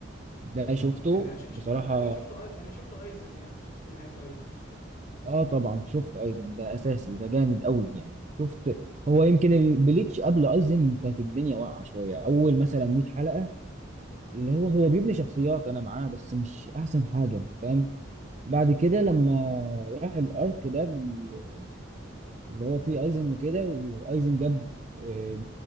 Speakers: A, on the right; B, on the left.
A: ده شفته
B: تمام يعني ش... ش...
A: بصراحه
B: على الاقل شفت أي... يعني شفت ايزن يعني شفت نهايه ايزن
A: اه طبعا شفت ايزن ده اساسي ده جامد قوي يعني شفت هو يمكن البليتش قبل ايزن كانت الدنيا واقعه شويه اول مثلا 100 حلقه اللي هو هو بيبني شخصيات انا معاه بس مش احسن حاجه فاهم بعد كده لما راح الارك ده بال- اللي هو فيه ايزن وكده وايزن جاب آه،